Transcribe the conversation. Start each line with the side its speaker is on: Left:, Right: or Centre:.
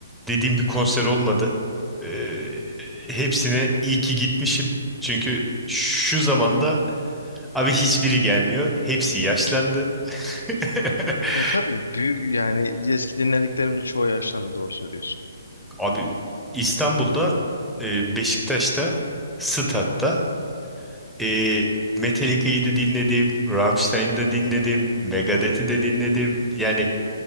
Centre: dediğim bir konser olmadı. Ee, hepsine iyi ki gitmişim. Çünkü şu zamanda abi hiçbiri gelmiyor. Hepsi yaşlandı. <laughs>
Left: Ya tabii büyük yani eski dinlediklerimde çoğu yaşlandı doğru söylüyorsun.
Centre: Abi İstanbul'da e, Beşiktaş'ta Stad'da e, Metallica'yı da dinledim, Rammstein'i de dinledim, Megadeth'i de dinledim. Yani